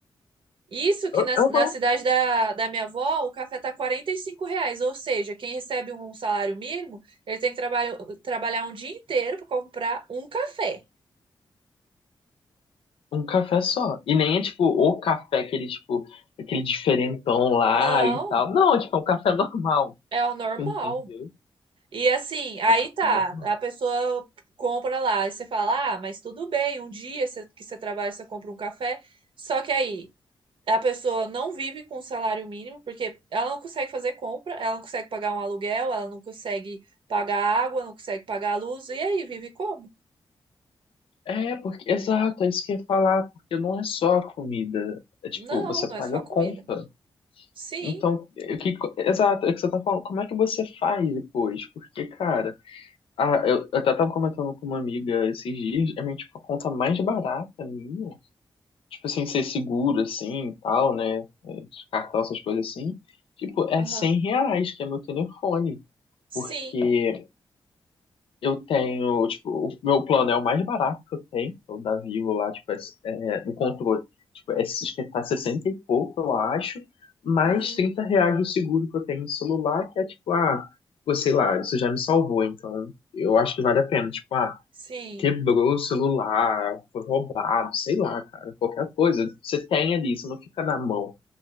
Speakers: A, on the right; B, on the left.
A: Isso que
B: Eu,
A: na,
B: eu
A: na
B: não.
A: cidade da, da minha avó, o café tá 45 reais, ou seja, quem recebe um salário mínimo, ele tem que trabalhar, trabalhar um dia inteiro para comprar um café.
B: Um café só. E nem é tipo o café, aquele tipo, aquele diferentão lá
A: Não,
B: e tal. Não, tipo, é um café <laughs> normal.
A: é o normal.
B: Entendeu?
A: E assim, aí
B: É um café
A: tá,
B: normal.
A: a pessoa compra lá, e você fala, ah, mas tudo bem, um dia você- que você trabalha, você compra um café. Só que aí, a pessoa não vive com salário mínimo, porque ela não consegue fazer compra, ela não consegue pagar um aluguel, ela não consegue pagar água, não consegue pagar a luz, e aí vive como?
B: É, porque, exato, é isso que eu ia falar, porque não é só a comida. É tipo,
A: Não,
B: você
A: não
B: paga
A: é só
B: a
A: comida.
B: conta.
A: Sim,
B: Então, é o que, exato, é o que você tá falando. Como é que você faz depois? Porque, cara, ah, eu, eu até tava comentando com uma amiga esses dias, é minha, tipo, a conta mais barata minha. Tipo assim, ser seguro, assim, e tal, né? é, de Cartão, essas coisas assim. Tipo, é
A: aham,
B: 100 reais, que é meu telefone.
A: sim,
B: Porque Eu tenho, tipo, o meu plano é o mais barato que eu tenho, é o da Vivo lá, tipo, é, é, o controle. Tipo, é, acho que tá 60 e pouco, eu acho, mais
A: uhum,
B: 30 reais do seguro que eu tenho no celular, que é tipo, ah, pô, sei lá, isso já me salvou, então eu acho que vale a pena. Tipo, ah,
A: sim,
B: quebrou o celular, foi roubado, sei lá, cara, qualquer coisa. Você tem ali, isso não fica na mão.